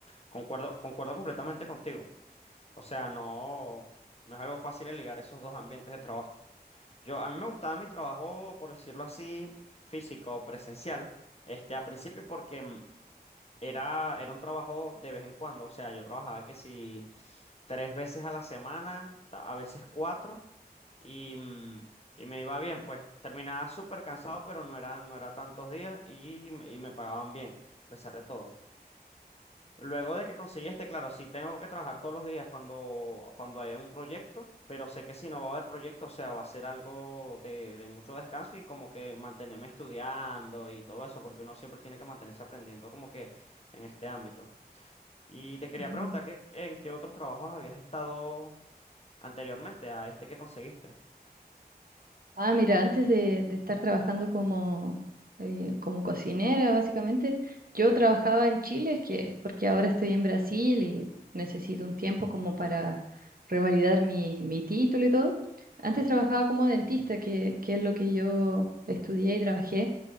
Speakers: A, on the left; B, on the right.
A: Concuerdo, concuerdo completamente contigo. O sea, no, no es algo fácil el ligar esos dos ambientes de trabajo. Yo, a mí me gustaba mi trabajo, por decirlo así, físico, presencial, este, a principio porque mm, era, era un trabajo de vez en cuando. O sea, yo trabajaba que si tres veces a la semana, ta- a veces cuatro, y, mm, y me iba bien, pues. Terminaba súper cansado, pero no era no era tantos días y, me- y me pagaban bien, a pesar de todo. Luego de que conseguí este, claro, sí tengo que trabajar todos los días cuando, cuando haya un proyecto, pero sé que si no va a haber proyecto, o sea, va a ser algo de, de mucho descanso y como que mantenerme estudiando y todo eso, porque uno siempre tiene que mantenerse aprendiendo como que en este ámbito. Y te quería
B: Ujú.
A: preguntar, ¿qué, en qué otros trabajos habías estado anteriormente a este que conseguiste?
B: Ah, mira, antes de, de estar trabajando como, eh, como cocinera, básicamente, yo trabajaba en Chile, que es porque ahora estoy en Brasil y necesito un tiempo como para revalidar mi, mi título y todo. Antes trabajaba como dentista, que, que es lo que yo estudié y trabajé,